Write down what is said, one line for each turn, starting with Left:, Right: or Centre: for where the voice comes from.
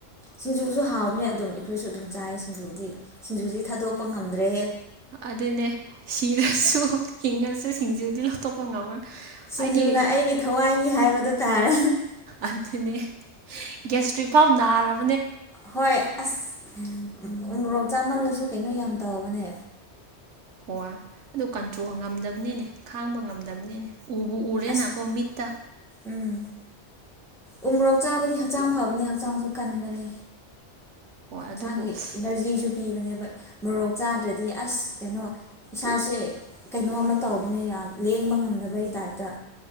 Centre: ꯁꯤꯡꯖꯨꯁꯨ ꯍꯥꯎꯕꯅꯦ ꯑꯗꯨꯝ ꯑꯩꯈꯣꯏꯁꯨ ꯑꯗꯨꯝ ꯆꯥꯏ ꯁꯤꯡꯖꯨꯗꯤ ꯁꯤꯡꯖꯨꯁꯤ ꯊꯥꯗꯣꯛꯄ ꯉꯝꯗ꯭ꯔꯦ
Right: ꯑꯗꯨꯗꯅꯦ ꯁꯤꯔꯁꯨ ꯍꯤꯡꯉꯁꯨ ꯁꯤꯡꯖꯨ ꯕꯨꯗꯤ ꯂꯧꯊꯣꯛꯄ ꯉꯝꯃꯣꯏ
Centre: ꯁꯤꯡꯖꯨꯅ
Right: ꯑꯩꯗꯤ
Centre: ꯑꯩꯒꯤ ꯊꯋꯥꯏꯅꯤ ꯍꯥꯏꯕꯗꯣ ꯇꯥꯔꯦ
Right: ꯑꯗꯨꯅꯦ ꯒꯌ꯭ꯥ ꯁꯇ꯭ꯔꯤꯛ ꯐꯥꯑꯣ ꯅꯔꯕ
Centre: ꯍꯣꯏ ꯑꯁ ꯎꯃꯣ ꯔꯣꯛ ꯆꯥꯃꯜꯂꯁꯨ ꯀꯩꯅꯣ ꯌꯥꯝ ꯇꯧꯕꯅꯦ
Right: ꯍꯣꯏ ꯑꯗꯨ ꯀꯟꯇ꯭ꯔꯣꯜ ꯉꯝꯗꯕꯅꯤꯅꯦ ꯈꯥꯡꯕ ꯉꯝꯗꯕꯅꯤꯅꯦ ꯎꯕꯨ ꯎꯔꯦꯅꯀꯣ
Centre: ꯑꯁ
Right: ꯃꯤꯇꯥ
Centre: ꯎꯝ ꯎꯃꯣ ꯔꯣꯛ ꯆꯥꯕꯗꯤ ꯍꯛꯆꯥꯡ ꯐꯕꯅꯤ ꯍꯛꯆꯥꯡꯁꯨ ꯀꯟꯕꯅꯦ
Right: ꯍꯣꯏ ꯑꯗꯨꯕꯨ
Centre: ꯆꯥꯡꯒꯤ ꯏꯅꯔꯖꯤꯁꯨ
Right: <unintelligible>
Centre: ꯄꯤꯕꯅꯦꯕ ꯃꯣꯔꯣꯛ ꯆꯥꯗ꯭ꯔꯗꯤ ꯑꯁ ꯀꯩꯅꯣ ꯏꯁꯥꯁꯦ ꯀꯩꯅꯣ ꯑꯃ ꯇꯧꯕꯅꯦ ꯌꯥꯝ ꯂꯦꯡꯕ ꯉꯝꯗꯕꯒꯤ ꯇꯥꯏꯞꯇ